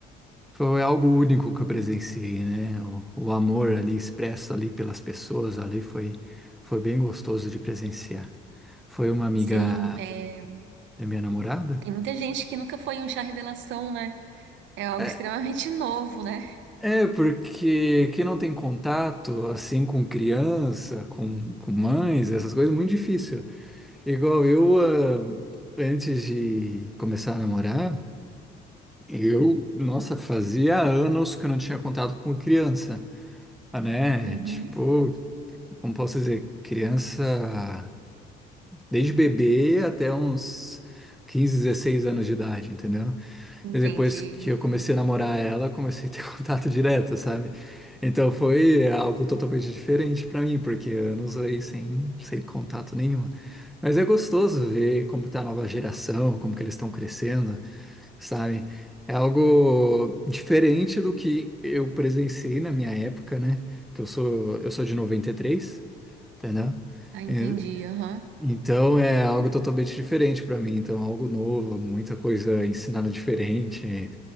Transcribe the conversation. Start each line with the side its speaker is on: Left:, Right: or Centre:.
Centre: foi algo único que eu presenciei, né? O, o amor ali expresso ali pelas pessoas ali foi, foi bem gostoso de presenciar. Foi uma amiga
Right: Sim, é,
Centre: da minha namorada.
Right: tem muita gente que nunca foi em um chá revelação, né? É algo
Centre: É,
Right: extremamente <laughs> novo, né?
Centre: é, porque quem não tem contato, assim, com criança, com, com mães, essas coisas, é muito difícil. Igual eu, ah, antes de começar a namorar, Eu, nossa, fazia anos que eu não tinha contato com criança, ah, né?
Right: Uhum.
Centre: Tipo, como posso dizer, criança desde bebê até uns 15, 16 anos de idade, entendeu?
Right: Entendi.
Centre: E depois que
Right: aham.
Centre: eu comecei a namorar ela, comecei a ter <laughs> contato direto, sabe? Então foi algo totalmente diferente pra mim, porque anos aí sem, sem contato nenhum. Mas é gostoso ver como tá a nova geração, como que eles estão crescendo sabe? É algo diferente do que eu presenciei na minha época, né? Que eu sou, eu sou de noventa e três entendeu?
Right: Ah, entendi.
Centre: E-
Right: Aham.
Centre: Então é algo totalmente diferente para mim, então algo novo, muita coisa ensinada diferente.